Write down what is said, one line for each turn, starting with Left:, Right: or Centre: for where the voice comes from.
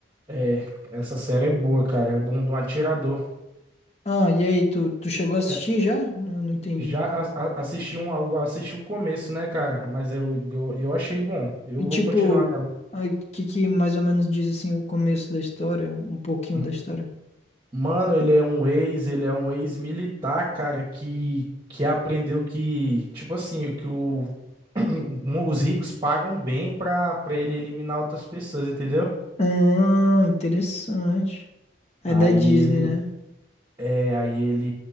Right: É, essa série é boa, cara. É de um, de um atirador.
Left: Ah, e aí, tu, tu chegou a assistir
Right: É,
Left: já? Eu não entendi.
Right: já a- a- assisti um, algo- assisti o começo, né, cara? Mas eu, eu, eu achei bom. Eu
Left: E
Right: vou
Left: tipo,
Right: continuar nela.
Left: o que que mais ou menos diz assim o começo da história, um pouquinho
Right: M-
Left: da história?
Right: Mano, ele é um ex, ele é um ex-militar, cara, que, que aprendeu que, tipo assim, que o, <clears throat> os ricos pagam bem pra, pra ele eliminar outras pessoas, entendeu?
Left: Ah, interessante. É
Right: Aí
Left: da Disney,
Right: ele,
Left: né?
Right: é, aí ele,